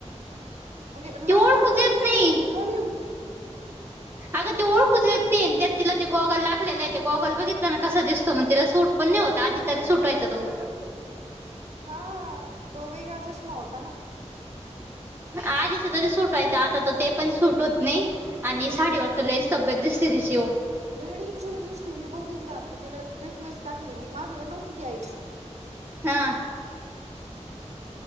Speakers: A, on the right; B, on the right.
A: म्हणजे
B: ती
A: लग्नात
B: ओळखूच
A: तरी
B: येत नाही
A: बरी होती.
B: अगं त ओळखच येत नाही त्यात तिला ते गॉगल लागले आहे ते गॉगल बघितलं ना कं दिसतो मग तिला सूट पण नव होत आध तरी सुटवायचं तो
A: हा तो वेगळा चष्मा होता ना.
B: आधीच तरी सुटवायचं आता तर ते पण सुूट होत नाही. आणि साडीवररत ल तब्येत दिस तिची
A: डी इनशरसते मी बघितला तर त्याला डेळेस टाकली मी माझ्याकडे नव्हती ती आयडी.
B: हा.